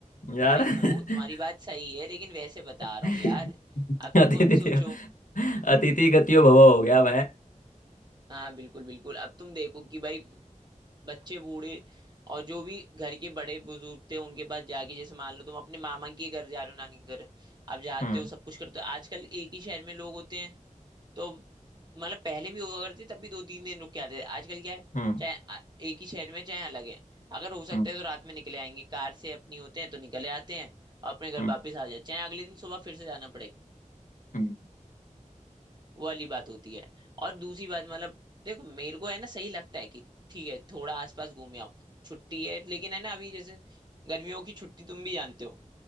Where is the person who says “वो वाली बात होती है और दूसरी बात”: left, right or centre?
Right